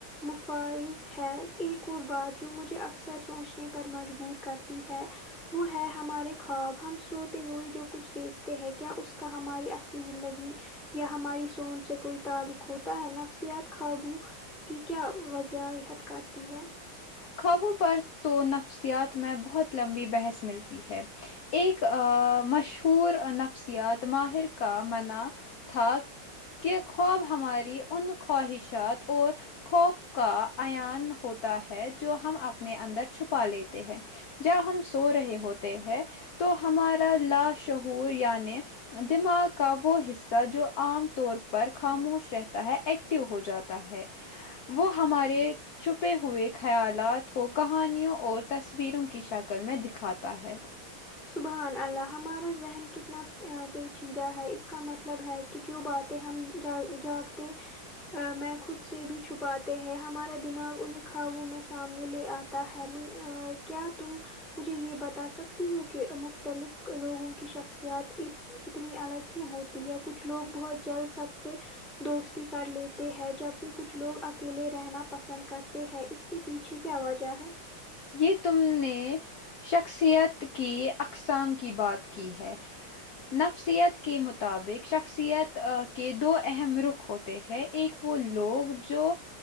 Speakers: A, in the centre; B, on the left.
A: مفائذ ہے ایک اور بات جو مجھے اکثر سوچنے پر مجبور کرتی ہے وہ ہے ہمارے خواب ہم سوتے ہوئے جو کچھ دیکھتے ہیں کیا اس کا ہماری اصلی زندگی یا ہماری سوچ سے کوئی تعلق ہوتا ہے نفسیات قابو کی کیا وضاحت کرتی ہے
B: خوابوں پر تو نفسیات میں بہت لمبی بحث ملتی ہے ایک آ مشہور نفسیات ماہر کا منع تھا کہ خواب ہماری ان خواہشات اور خوف کا ایان ہوتا ہے جو ہم اپنے اندر چھپا لیتے ہیں جب ہم سو رہے ہوتے ہیں تو ہمارا لا شہور یعنے دماغ کا وہ حصہ جو عام طور پر خاموش رہتا ہے ایک ٹو ہو جاتا ہے وہ ہمارے چھپے ہوئے خیالات کو کہانیوں اور تصویروں کی شکل میں دکھاتا ہے
A: سبحان اللہ ہمارا ذہن کتنا پیچیدہ ہے اس کا مطلب ہے کہ جو باتیں ہم جا جاگتے میں خود سے بھی چھپاتے ہیں ہمارا دماغ انہیں خوابوں میں سامنے لے آ تا ہے کیا تم مجھے یہ بتا سکتی ہو کے مختلف لوگوں کی شخصیات عید اتنی الگ کیوں ہوتی ہے کچھ لوگ بہت جلد سب سے دوستی کر لیتے ہے جبکہ کچھ لوگ اکیلے رہنا پسند کرتے ہیں اس کے پیچھے کیا وجہ ہے
B: یہ تم نے شخصیت کی اقسام کی بات کی ہے نفسیات کے مطابق شخصیت کے دو اہم رخ ہوتے ہیں ایک وہ لوگ جو